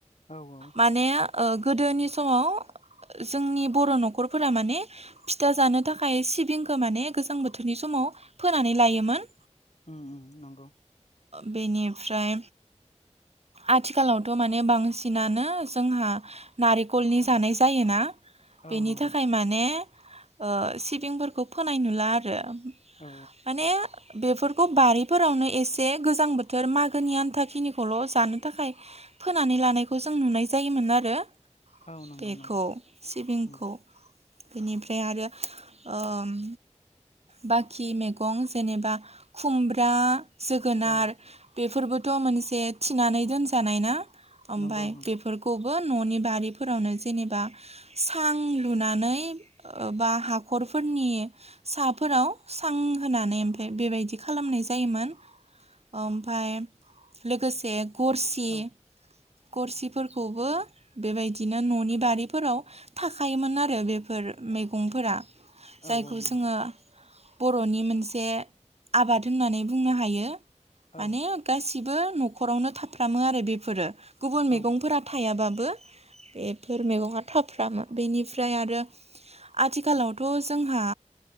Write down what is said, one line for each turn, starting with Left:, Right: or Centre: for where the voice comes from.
Left: औ औ
Right: माने ओ गोदोनि समाव जोंनि बर' न'खरफोरा माने फिथा जानो थाखाय सिबिंखौ माने गोजां बोथोरनि समाव फोनानै लायोमोन।
Left: उम उम नंगौ
Right: बेनिफ्राय आथिखालावथ' माने बांसिनानो जोंहा नारिखलनि जानाय जायोना। बेनि
Left: औ नंगौ
Right: थाखाय माने ओ सिबिंफोरखौ फोनाय नुला आरो।
Left: औ
Right: माने बेफोरखौ बारिफोरावनो एसे गोजां बोथोर मागोनि आन्थाखिनिखौल' जानो थाखाय फोनानै लानायखौ जों नुनाय जायोमोन आरो।
Left: औ नंगौ
Right: बेखौ
Left: नंगौ
Right: सिबिंखौ।
Left: नंगौ
Right: बेनिफ्राय आरो ओम बाखि मेगं जेनेबा खुमब्रा, जोगोनार
Left: औ
Right: बेफोरबो थ' मोनसे थिनानै दोनजानाय ना ओमफाय
Left: नंगौ नंगौ
Right: बेफोरखौ न'नि बारिफोरावनो जेनेबा सां लुनानै बा हाखर फोरनि साफोराव सां होनानै ओमफाय बेबायदि खालामनाय जायोमोन। ओमफाय लोगोसे गरसि
Left: औ
Right: गरसिफोरखौबो बेबायदिनो न'नि बारिफोराव थाखायोमोन आरो बेफोर मैगंफोरा जायखौ
Left: औ नंगौ
Right: जोङो बर'नि मोनसे आबाद होननानै बुंनो हायो
Left: औ
Right: माने गासि बो न'खरावनो थाफ्रामो आरो बेफोरो गुबुन
Left: औ
Right: मैगंफोरा थायाबाबो बेफोर मैगङा थाफ्रामो बेनिफ्राय आरो। आथिखालावथ' जोंहा